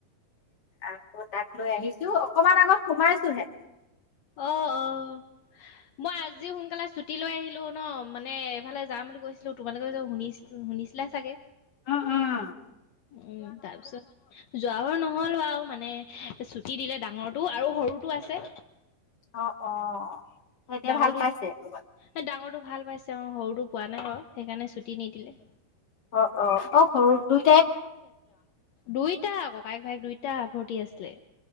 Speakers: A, on the left; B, on the left.
A: আকৌ তাক লৈ আহিছো অকমান আগত সোমাইছো হে।
B: অ', অ' মই আজি সোনকালে ছুটি লৈ আহিলো ন মানে ইফালে যাম বুলি কৈছিলো তোমালোকে যে শুনিছিল শুনিছিলে চাগে।
A: অ' অ।
B: উম, তাৰপিছত যোৱাবাৰ নহলো আৰু মানে ছুটি দিলে ডাঙৰটো আৰু সৰুটো আছে।
A: অ' অ। এতিয়া
B: ডাঙৰটো,
A: ভাল পাইছে
B: ডাঙৰটো ভাল পাইছে অ', সৰুটো পোৱা নাই বাৰু সেইকাৰণে ছুটি নিদিলে।
A: অ', - অ', - অ', সৰুটোই
B: দুইটা ককাইক ভাইক দুইটা ভৰ্তি আছিলে।